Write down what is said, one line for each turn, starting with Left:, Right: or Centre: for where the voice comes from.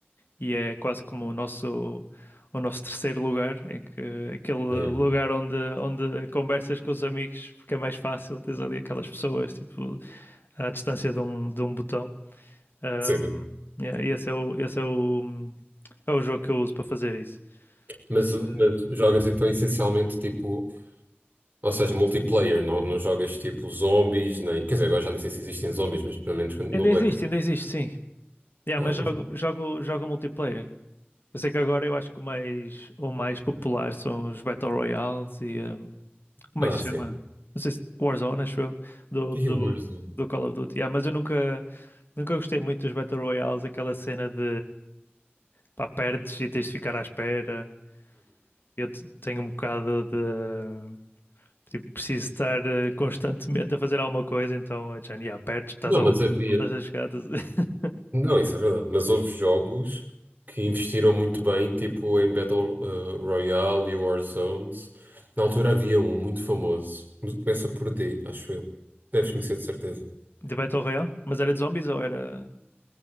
Left: e é quase como o nosso, o nosso terceiro lugar, em que, aquele lugar
Right: É.
Left: onde, onde conversas com os amigos, porque é mais fácil, tens ali aquelas pessoas, tipo, à distância de um, de um botão. Um,
Right: Sim.
Left: yeah, e esse é o, esse é o, é o jogo que eu uso para fazer isso.
Right: Mas,
Left: Mas,
Right: o-
Left: eh,
Right: mas jogas então essencialmente tipo, ou seja, multiplayer, não, não jogas tipo zombies, nem. Quer dizer, agora já nem sei se existem zombies, mas pelo menos quando-
Left: ainda
Right: no Black
Left: existe,
Right: Ops.
Left: ainda existe, sim. Yeah,
Right: Ah,
Left: mas
Right: não.
Left: jogo, jogo, jogo multiplayer. Eu sei que agora eu acho que o mais, o mais popular são os Battle Royales e um, como
Right: ah,
Left: é que se
Right: sim.
Left: chama? Não sei se Warzone, acho eu, do,
Right: E
Left: do,
Right: o Warzone.
Left: do Call of Duty. Yeah, mas eu nunca, nunca gostei muito dos Battle Royales, aquela cena de pá, perdes e tens de ficar à espera. Eu te- tenho um bocado de. Tipo, preciso estar eh, constantemente a fazer alguma coisa, então, eh, já, yeah, perdes, estás
Right: Não,
Left: a
Right: mas
Left: vol-
Right: havia.
Left: voltas a jogar. estás-
Right: Não, isso é verdade. Mas houve jogos que investiram muito bem, tipo em Battle eh, Royale e Warzones. Na altura havia um muito famoso. Começa por D, acho eu. Deves conhecer de certeza.
Left: <laughs> De Battle Royale? <laughs> Mas era de zombies ou era.